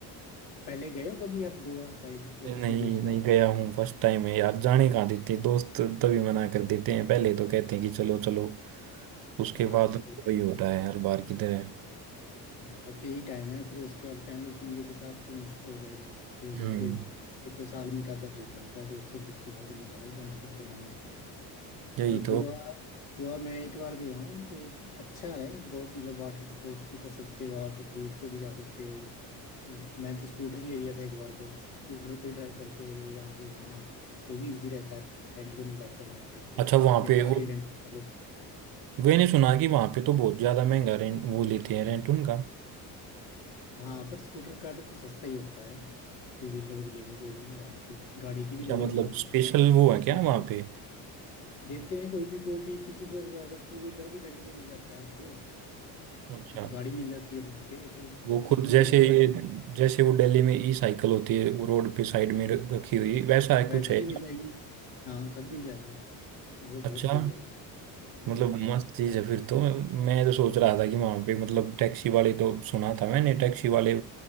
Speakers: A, on the left; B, on the right.
A: पहले गए हो कभी आप गोवा साइड या
B: नहीं
A: किसी बीच
B: नहीं
A: पे
B: गया हूँ फर्स्ट टाइम है यार जाने कहाँ देते हैं दोस्त तभी मना कर देते हैं पहले तो कहते हैं कि चलो चलो उसके
A: हाँ
B: बाद तो
A: फिर बात-
B: वही होता है हर बार की तरह
A: हाँ बस यही टाइम है फिर उसके बाद फैमिली फैमिली के साथ फिर मुश्किल हो जाएगा फिर
B: हम्म
A: फिर ये तो साल में एक आधा ट्रिप बनता है दोस्तों दोस्तों के साथ बना लो जहाँ पे बनाना है
B: यही
A: पर गोवा
B: तो
A: गोवा मैं एक बार गया हूँ तो अच्छा है बहुत मतलब वाटर स्पोर्ट्स भी कर सकते हो आप क्रूज पे भी जा सकते हो मैं तो स्कूटर ले लिया था एक बार तो स्कूटर पे ड्राइव करके हुए यहाँ से वहाँ वो भी इजी रहता है रेंट पे मिल जाता है वहाँ पे
B: अच्छा वहां
A: या
B: पे
A: गाड़ी
B: वो
A: रेंट पे कर लो
B: मैंने सुना कि वहां पे तो बहुत ज्यादा महंगा रेंट वो लेते हैं रेंट उनका
A: हाँ पर स्कूटर का तो सस्ता ही होता है टू व्हीलर ले लो कोई भी आराम से गाड़ी की भी
B: अच्छा
A: जरूरत
B: मतलब
A: नहीं है
B: स्पेशल वो
A: दोस्त
B: है क्या
A: मित्र
B: वहाँ
A: तो
B: पे
A: देते हैं कोई भी कोई भी किसी भी तरह का टू व्हीलर भी रेंट पे मिल जाता है आपको अ,
B: अच्छा
A: गाड़ी मिल जाती है रेंट पे तो
B: वो
A: इजीली
B: खुद जैसे
A: हो जाता
B: ये
A: है
B: जैसे वो दिल्ली में ई साइकिल होती है वो रोड पे साइड में र- रखी हुई वैसा है कुछ
A: वैसे
B: है
A: भी मिल जाएगी हाँ सब मिल जाएगा वहाँ पे
B: अच्छा
A: बहुत सही है हाँ
B: मतलब मस्त चीज़ है फिर तो मैं मैं तो सोच रहा था कि वहाँ पे मतलब टैक्सी वाले तो सुना था मैंने टैक्सी वाले